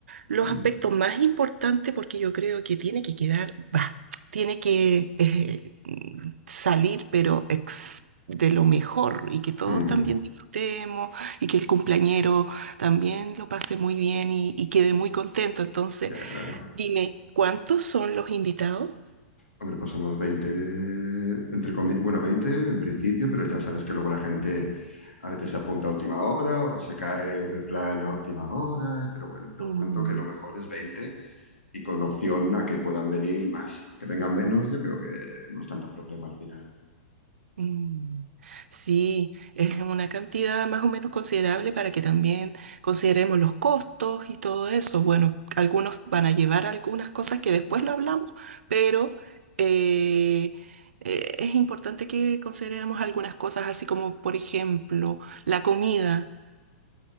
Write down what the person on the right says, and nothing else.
Los
aspectos más importantes, porque yo creo que tiene que quedar, va, tiene que eh, mm, salir, pero ex- de lo mejor y que todos
también disfrutemos y que el cumpleañero también lo pase muy bien y, y quede muy contento. Entonces,
dime, ¿cuántos son los invitados?
Mm,
Mm, Sí, es una cantidad más o menos considerable para que también consideremos los costos y todo eso. Bueno, algunos van a llevar algunas cosas que después lo hablamos, pero eh, eh, es importante que consideremos algunas cosas, así como, por ejemplo, la comida.